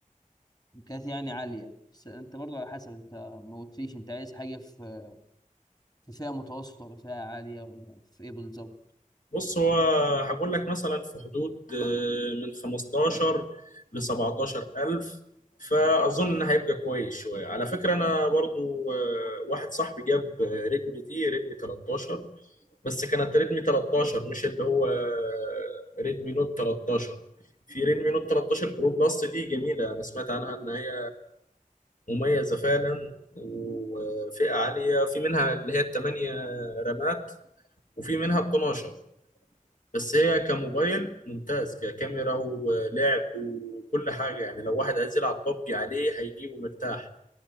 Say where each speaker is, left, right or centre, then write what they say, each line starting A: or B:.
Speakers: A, on the left; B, on the left.
A: كانت يعني عالية بس انت برضو على حسب انت ما قلتليش انت عايز حاجة في في فئة متوسطة ولا فئة عالية ولا في ايه بالظبط
B: بص هو هقول لك مثلا في حدود آه، من 15 ل 17 ألف فأظن إن هيبقى كويس شوية على فكرة أنا برضو آه، واحد صاحبي جاب آه، ريدمي دي ريدمي 13 بس كانت ريدمي 13 مش اللي هو آه، ريدمي نوت 13 في ريدمي نوت 13 برو بلس دي جميلة أنا سمعت عنها إن هي مميزة فعلا وفئة عالية في منها اللي هي الثمانية رامات وفي منها ال 12 بس هي كموبايل ممتاز ككاميرا ولعب وكل حاجة يعني لو واحد عايز يلعب ببجي عليه هيجيبه مرتاح